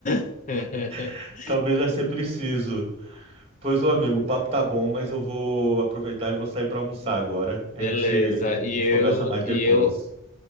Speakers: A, on the left (about 35°); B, on the right (about 30°).
A: <laughs>
B: <laughs> talvez vai ser preciso. Pois, ô amigo, o papo tá bom, mas eu vou aproveitar e vou sair para almoçar agora. A
A: Beleza.
B: gente,
A: E
B: a gente
A: eu,
B: conversa mais depois.
A: e eu